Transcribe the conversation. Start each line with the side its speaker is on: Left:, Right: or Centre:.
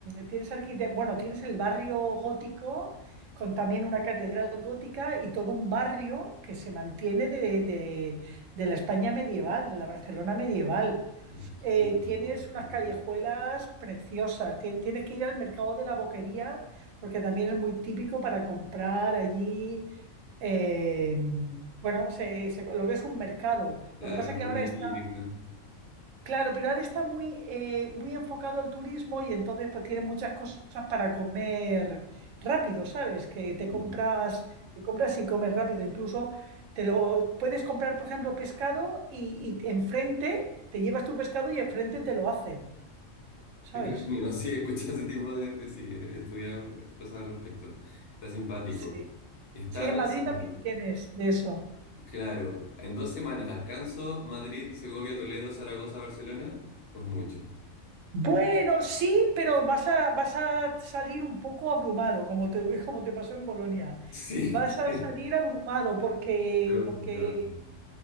Right: tienes arquite- bueno, tienes el barrio gótico con también una catedral gótica y todo un barrio que se mantiene de, de- de la España medieval, de la Barcelona medieval
Left: Me
Right: eh,
Left: imagino,
Right: tienes
Left: me
Right: unas
Left: imagino.
Right: callejuelas preciosas, tien- tienes que ir al mercado de la Boquería porque también es muy típico para comprar allí, eh, bueno, se- se- lo que es un mercado.
Left: Claro,
Right: Lo que pasa es
Left: comida
Right: que ahora está
Left: típica.
Right: Claro, pero ahora está muy, eh, muy enfocado al turismo y entonces pues tiene muchas cosas para comer rápido, ¿sabes? Que te
Left: Qué
Right: compras, te compras y comes rápido. Incluso te lo puedes comprar, por ejemplo, pescado y, y enfrente te llevas tu pescado y enfrente te lo hacen, ¿sabes?
Left: Entretenido, sí, escuchar ese tipo de, de sí, he estudiado cosas al respecto. Está simpático.
Right: Sí.
Left: Estaba
Right: Sí, en
Left: pensando,
Right: Madrid también tienes de eso.
Left: claro, en dos semanas alcanzo Madrid, Segovia, Toledo, Zaragoza, Barcelona, o es mucho.
Right: Bueno, sí, pero vas a, vas a salir un poco abrumado, como te, <laughs> como te pasó en Bolonia.
Left: Sí,
Right: Vas a
Left: sí.
Right: salir abrumado porque,
Left: Me acostumbrado.
Right: porque